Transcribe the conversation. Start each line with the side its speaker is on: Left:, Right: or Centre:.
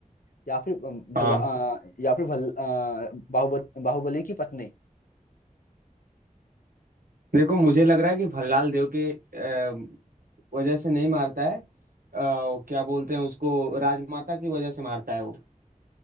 Left: या फिर अम, भल्ला
Right: हाँ
Left: अ, या फिर भल बाहुबली बाहुबली की पत्नी
Right: देखो मुझे लग रहा है कि भल्लाल देव के अ, वजह से नहीं मारता है अ, क्या बोलते हैं उसको राजमाता की वजह से मारता है वो